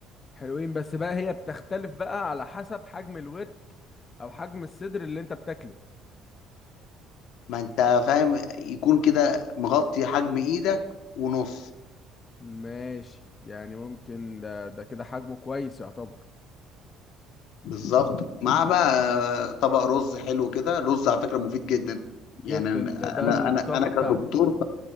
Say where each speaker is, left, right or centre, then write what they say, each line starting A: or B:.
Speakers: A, on the left; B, on the left.
A: حلوين بس بقى هي بتختلف بقى على حسب حجم الورك او حجم الصدر اللي انت بتاكله
B: ما انت فاهم يكون كده مغطي حجم ايدك ونص
A: ماشي يعني ممكن ده ده كده حجمه كويس يعتبر
B: بالظبط مع بقى طبق رز حلو كده رز على فكره مفيد جدا
A: جدا
B: يعني انا
A: ده ده
B: انا
A: الطاقة
B: انا أنا كدكتور
A: بتاعتك